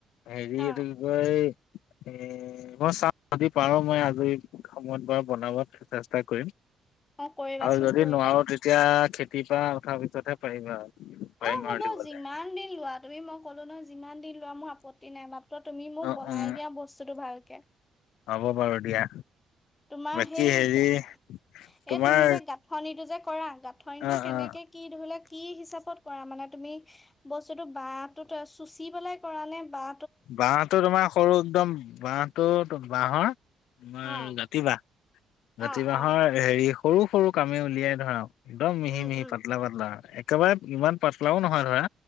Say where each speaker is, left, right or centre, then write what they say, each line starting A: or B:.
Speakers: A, on the left (about 85°); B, on the left (about 20°).
A: হেৰি
B: অ
A: এইটো কি কয় এ মই চা যদি পাৰো মই আজৰি সময়ত বা বনাবত চেষ্টা কৰিম।
B: অ কৰিবাচোন
A: আৰু যদি
B: কৰিবা।
A: নোৱাৰো তেতিয়া খেতি পা উঠাৰ পিছতহে পাৰিম আৰু। পাৰিম
B: অ', হ'ব
A: আৰু দিবলে
B: যিমান দিন লোৱা তুমি মই কলো ন যিমান দিন মোৰ আপত্তি নাই মাত্ৰ তুমি মোক
A: অ
B: বনাই
A: উম
B: দিয়া বস্তুটো ভালকে।
A: হ'ব বাৰু দিয়া
B: তোমাৰ
A: বাকী
B: সেই
A: হেৰি
B: বে
A: তোমাৰ
B: এ তুমি যে গাঁঠনিটো যে কৰা গাঁঠনিটো
A: অ
B: কেনেকে
A: অ
B: কি ধৰিলা কি হিচাপত কৰা মানে? তুমি বস্তুটো বাহটোত চুচি পেলাই কৰা নে বা
A: বাঁহটো তোমাৰ সৰু একদম বাঁহ টো বাহৰ তোমাৰ
B: অ
A: জাতি বাঁহ জাতি
B: অ
A: বাহৰ
B: অ
A: হেৰি সৰু সৰু কামি উলিয়াই ধৰা ধৰ একদম মিহি
B: উম
A: মিহি
B: উম
A: পাতলা পাতলা একেবাৰে ইমান পাতলাও নহয় ধৰা,